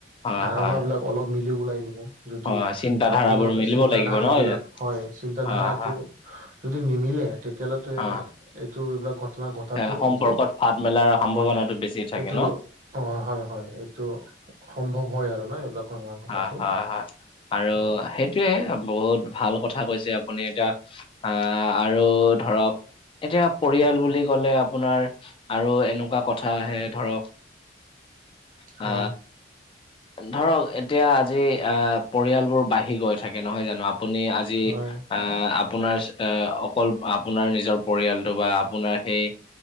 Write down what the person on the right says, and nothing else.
ধাৰণাবিলাক
অলপ মিলি ওলাই দিব যদি
আপোনাৰ
চিন্তাধাৰাবিলাক
হয় চিন্তাধাৰাটো
যদি নিমিলে তেতিয়াহলেটো
এ এইটো এইবিলাক ঘ টনা ঘটাটো
এইটো,
হয়
এইটো
অ হয় হয় এইটো সম্ভৱ হয় আৰু ন এইবিলাক ঘটনা ঘটাটো
হয়
হয়
হয়